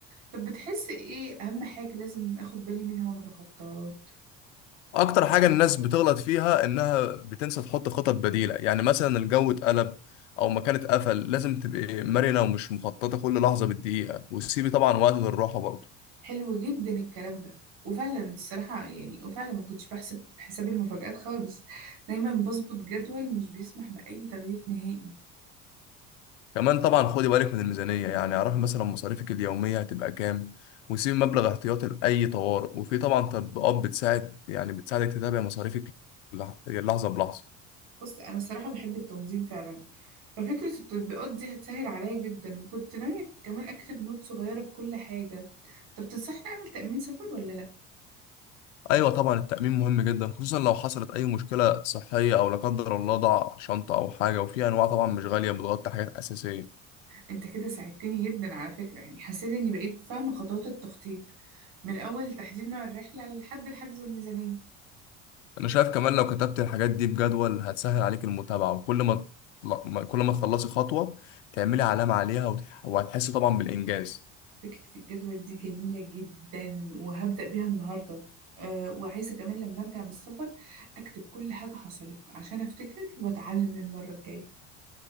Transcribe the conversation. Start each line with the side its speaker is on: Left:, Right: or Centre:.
Right: طب بتحس ايه اهم حاجة لازم اخد بالي منها وانا بخطط
Left: اكتر حاجة الناس بتغلط فيها انها بتنسى تحط خطط بديلة يعني مثلا الجو اتقلب او مكان اتقفل لازم تبقي مرنة ومش مخططة كل لحظة بالدقيقة وتسيبي طبعا وقت للراحة برضه
Right: حلو جدا الكلام ده وفعلا الصراحة يعني وفعلا ما كنتش بحسب حساب المفاجآت خالص دايما بظبط جدول مش بيسمح بأي تغيير نهائي
Left: كمان طبعا خدي بالك من الميزانية يعني اعرفي مثلا مصاريفك اليومية هتبقى كام وسيبي مبلغ احتياطي لأي طوارئ وفي طبعا تطبيقات بتساعد يعني بتساعدك تتابعي مصاريفك لح- لحظة بلحظة
Right: بص أنا الصراحة بحب التنظيم فعلا ففكرة التطبيقات دي هتسهل عليا جدا وكنت ناوية كمان أكتب نوت صغيرة بكل حاجة طب تنصحني أعمل تأمين سفر ولا لأ؟
Left: ايوه طبعا التأمين مهم جدا خصوصا لو حصلت اي مشكلة صحية او لا قدر الله ضاع شنطة او حاجة وفي انواع طبعا مش غالية بتغطي حاجات اساسية
Right: أنت كده ساعدتني جدا على فكرة يعني حسيت إني بقيت فاهمة خطوات التخطيط من أول تحديد نوع الرحلة لحد الحجز والميزانية
Left: انا شايف كمان لو كتبت الحاجات دي بجدول هتسهل عليك المتابعة وكل ما تطلع- ما- كل ما تخلصي خطوة تعملي علامة عليها وتح- وهتحسي طبعا بالانجاز
Right: فكرة الجدول دي جميلة جدا وهبدأ بيها النهاردة أه وعايزة كمان لما أرجع من السفر أكتب كل حاجة حصلت عشان أفتكر وأتعلم للمرة الجاية